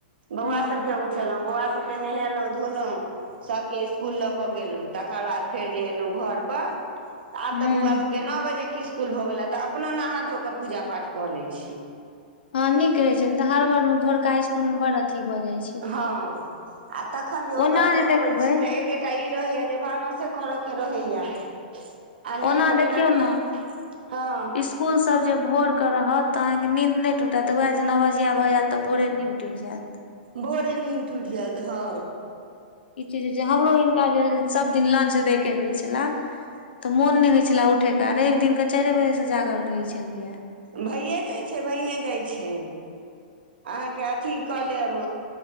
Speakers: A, on the right; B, on the left.
A: बौआ
B: हूँ
A: सब के उठेलहुॅं, बौआ सब सब के नहेलह, धोलहुं सबके स्कूल लऽ के गेलहुं तकर बाद फेर जे एलहुं घर प आब
B: हूँ
A: तऽ बौआ के नओ बजेके इसकुल भऽ गेलै तऽ अपनो नहा धो कऽ पूजा पाठ कऽ लै छी
B: हँ नीक रहैत छै ने तऽ हर बर मे भोरका इस्कुल मे बड अथी भऽ जाइत छै
A: हा, अ तखन जे ओता
B: ओना
A: से आबे
B: देखबै
A: छी तऽ एक ए तऽ ई रहैया जे भानस करऽ के रहैया आ नहि
B: ओना
A: त
B: देखियौ
A: बिना नेह
B: ने
A: हँ
B: स्कूल सब जे भोर केऽ रहत तऽ अहाँकेँ नीद नहि टूटत। वएह जे नवबजिया भऽयत तऽ भोरे नींद टुटि जायत
A: भोरे नींद टूटि जायत, हँ
B: ई चीज जे हमरो हिनका जे सभ दिन लंच दय के रहै छले तऽ मोन नहि होइ छले उठे के। रवि दिन के चारिे बजे से जागल रहै छलियै
A: भइए जाइ छै, भइए जाइ छै। अहाँके अथी कऽ लेब